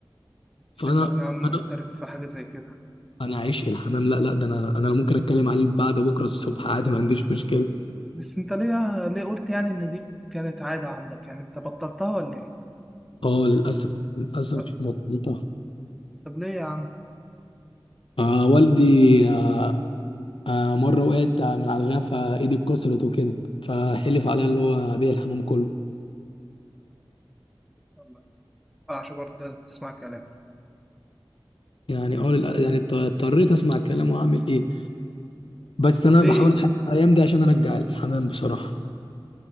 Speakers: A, in the centre; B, on the left (about 80°).
A: شكلك
B: فانا
A: يا عم
B: انا
A: محترف في حاجة زي كده
B: انا عشق الحمام لا لا ده انا انا ممكن اتكلم عليه بعد بكره الصبح عادي ما عنديش مشكله
A: بس أنت ليه ليه قلت يعني إن دي كانت عادة عندك يعني أنت بطلتها ولا إيه؟
B: اه للاسف للاسف
A: طب
B: مضبوطه
A: طب ليه يا عم؟
B: آه والدي آه آه مره وقعت من على الغفا ايدي اتكسرت وكده فحلف
A: آه،
B: عليا اللي هو ابيع الحمام كله
A: يلا، ما ينفعش برضه لازم تسمع كلامي
B: يعني اه للأ- يعني اضط- اضطريت اسمع الكلام واعمل ايه بس
A: طب
B: انا
A: إيه
B: بحاول
A: إيه؟
B: احدد الايام دي عشان ارجع الحمام بصراحه